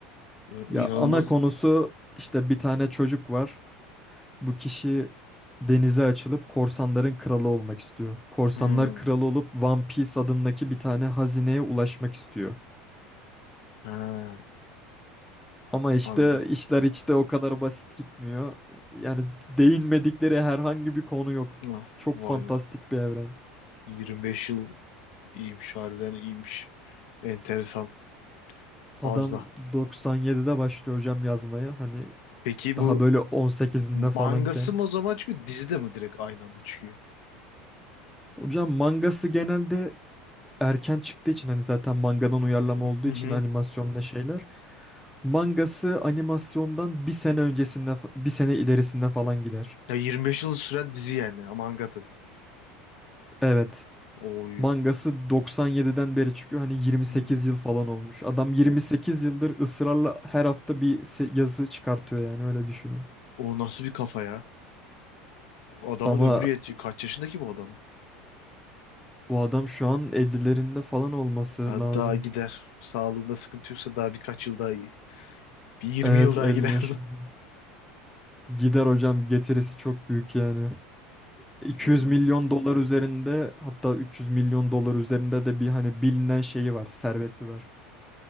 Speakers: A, on the left (about 75°); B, in the centre.
A: Ya,
B: Ya
A: İnanılmaz.
B: ana konusu işte bir tane çocuk var. Bu kişi denize açılıp korsanların kralı olmak istiyor. Korsanlar
A: Hmm.
B: kralı olup One Piece adındaki bir tane hazineye ulaşmak istiyor.
A: Ha,
B: Ama işte
A: anladım.
B: işler hiç de o kadar basit gitmiyor. Yani değinmedikleri herhangi bir konu yok.
A: Ah,
B: Çok
A: vay
B: fantastik
A: vay.
B: bir evren.
A: 25 yıl İyiymiş harbiden iyiymiş. Enteresan fazla.
B: Adam 97'de başlıyor hocam yazmaya. Hani
A: Peki
B: daha
A: bu
B: böyle 18'inde
A: mangası
B: falanken.
A: mı o zaman çıkıyor dizi de mi direkt aynı anda çıkıyor?
B: Hocam mangası genelde erken çıktığı için hani zaten mangadan uyarlama
A: Hı
B: olduğu için
A: hı.
B: animasyonda şeyler. Mangası animasyondan bir sene öncesinde fa- bir sene ilerisinde falan gider.
A: Ya 25 yıl süren dizi yani ama manga da değil.
B: Evet.
A: Oy.
B: Mangası 97'den beri çıkıyor. Hani 28
A: Hı.
B: yıl falan olmuş. Adam 28
A: O,
B: yıldır ısrarla her hafta bir se- yazı çıkartıyor yani öyle düşünün.
A: o nasıl bir kafa ya? Adamın
B: Ama
A: ömrü yetiyor. Kaç yaşındaki bu adamın?
B: bu adam şu an 50'lerinde falan olması
A: Ya
B: lazım.
A: daha gider. Sağlığında sıkıntı yoksa daha birkaç yıl daha iyi. Bir 20
B: Evet
A: yıl daha
B: 50
A: gider.
B: yaşında. Gider hocam getirisi çok büyük yani. 200
A: <laughs> İnanılmaz.
B: milyon dolar üzerinde hatta 300 milyon dolar üzerinde de bir hani bilinen şeyi var, serveti var.